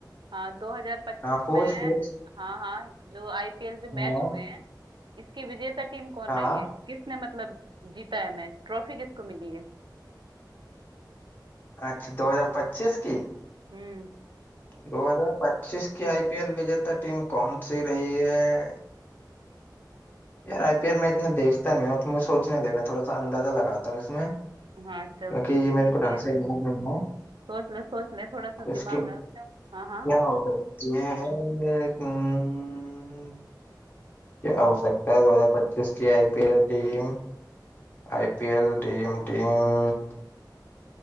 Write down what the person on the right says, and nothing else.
हाँ 2025
में
हाँ हाँ जो आईपीएल जो मैच
हुए हैं इसकी विजेता टीम कौन
रही है किसने मतलब जीता है मैच ट्रॉफी किसको मिली है
हम्म
हाँ चल
ठीक
है
सोच ले सोच ले थोड़ा सा
दिमाग लगा क्यों हाँ हाँ